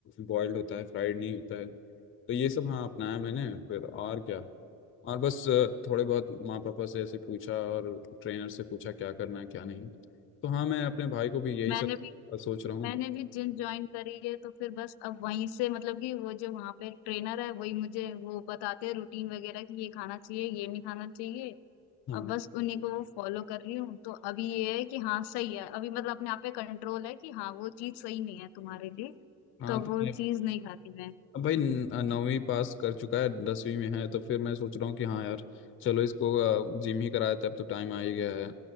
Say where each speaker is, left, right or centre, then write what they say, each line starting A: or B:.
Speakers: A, on the left; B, on the left.
A: बॉइल्ड होता है फ्राइड नहीं होता है तो ये सब हाँ अपनाया मैंने फिर और क्या और बस अ, थोड़े बहुत माँ पापा से ऐसे पूछा और ट्रेनर से पूछा क्या करना है क्या नहीं तो हाँ मैं अपने भाई को भी यही
B: मैंने
A: सब
B: भी
A: सोच रहा हूँ
B: मैंने भी जिम ज्वाइन करी है तो फिर बस अब वहीं से मतलब कि वो जो वहाँ पे ट्रेनर है वही मुझे वो बताते हैं रूटीन वगैरह कि ये खाना चाहिए ये नहीं खाना चाहिए
A: हाँ
B: अब बस उन्हीं को वो फॉलो कर रही हूँ तो अभी ये है कि हाँ सही है अभी मतलब अपने आप पे कंट्रोल है कि हाँ वो चीज सही नहीं है तुम्हारे लिए
A: हाँ
B: तो
A: तो
B: वो
A: मैं
B: चीज नहीं खाती मैं
A: अब भाई न- नौवीं पास कर चुका है दसवीं में है तो फिर मैं सोच रहा हूँ कि हाँ यार चलो इसको जिम ही करा देते हैं, अब तो टाइम आ ही गया है